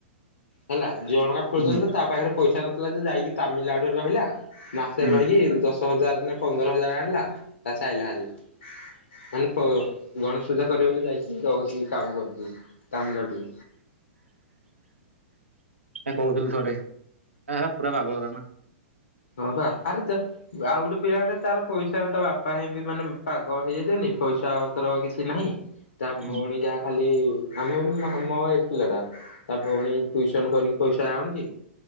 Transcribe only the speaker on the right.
ହୁଁ
ହୁଁ
କହୁଥିଲି ଥରେ ହେଲା ପୁରା ପାଗଳଗରା ନା।
ହୁଁ